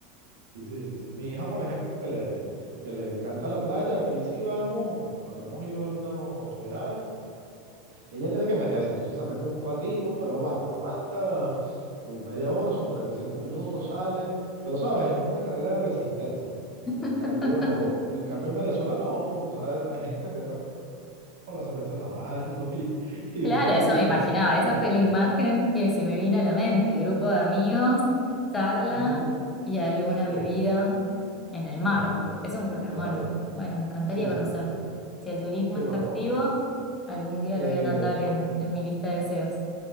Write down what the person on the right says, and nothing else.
sí, sí, sí, sí. Mi hija, por ejemplo, que le, que le encanta la playa, aquí sí vamos, cuando hemos ido a algunas oportunidades Ella tiene que meterse, entonces se mete un ratico, pero aguanta, aguanta su media hora, sus 45 minutos, sale, pero sabes, es como una carrera de resistencia. En
cambio, en cambio en Venezuela no, o sea, hay gente que te entra con la cerveza en la mano <laughs> y, y
un traguito
y,
y-
y-
ujú,
sí,
claro, claro,
claro,
sí,
sí, sí, bueno,
sí,
bueno,
eh,